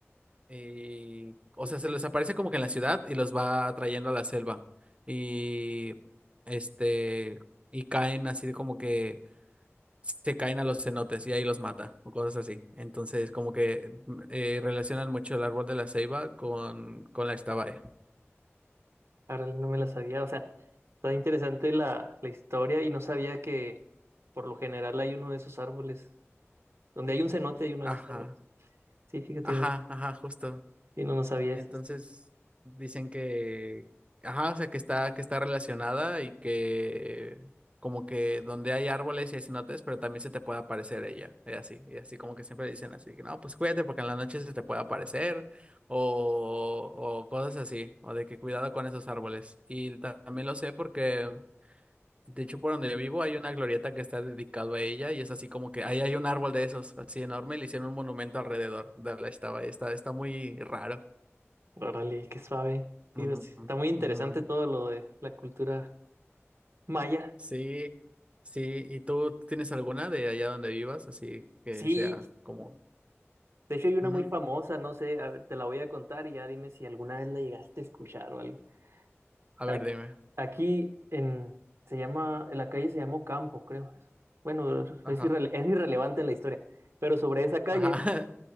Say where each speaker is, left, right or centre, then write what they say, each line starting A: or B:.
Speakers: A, on the right; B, on the right.
A: eh, o sea, se les aparece como que en la ciudad y los va atrayendo a la selva. Y este, y caen así como que se caen a los cenotes y ahí los mata o cosas así. Entonces, como que mm, eh, relacionan mucho el árbol de la ceiba con, con la Ixtabay.
B: Ahora no me la sabía. O sea, está interesante la, la historia y no sabía que por lo general hay uno de esos árboles. Donde hay un cenote hay uno
A: Ajá,
B: de esos árboles. Sí, fíjate,
A: ajá,
B: no,
A: ajá, justo.
B: sí, no, no sabía
A: Entonces
B: eso.
A: dicen que, ajá, o sea, que está, que está relacionada y que como que donde hay árboles y hay cenotes, pero también se te puede aparecer ella, y así, y así como que siempre dicen así, que no, pues cuídate porque en la noche se te puede aparecer o, o cosas así, o de que cuidado con esos árboles. Y ta- también lo sé porque, de hecho, por donde yo vivo hay una glorieta que está dedicada a ella y es así como que ahí hay un árbol de esos, así enorme, y le hicieron un monumento alrededor de la estaba, está, está muy raro.
B: Órale, qué suave. Sí,
A: Ujú,
B: pues, está muy interesante
A: ujú.
B: todo lo de la cultura maya.
A: Sí, sí. ¿Y tú tienes alguna de allá donde vivas? Así que
B: Sí,
A: sea como...
B: de hecho hay una
A: ujú.
B: muy famosa, no sé, a ver, te la voy a contar y ya dime si alguna vez la llegaste a escuchar o algo.
A: A
B: Ac-
A: ver, dime.
B: Aquí en se llama, en la calle se llamó Campo, creo. Bueno,
A: Ajá,
B: es irrele- es irrelevante en la historia. Pero sobre esa calle
A: ajá.